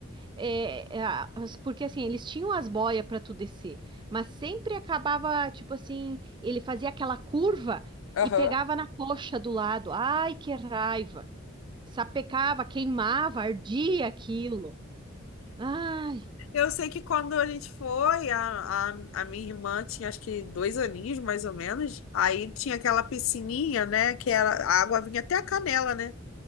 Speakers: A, on the right; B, on the left.
A: É, é, a- as- porque assim, eles tinham as boias para tu descer, mas sempre acabava, tipo assim, ele fazia aquela curva
B: Aham.
A: e pegava na coxa do lado. Ai, que raiva! sapecava, queimava, ardia aquilo. Ai,
B: Eu sei que quando a gente foi, a, a, a minha irmã tinha acho que dois aninhos, mais ou menos. Aí tinha aquela piscininha, né? Que era, a água vinha até a canela, né?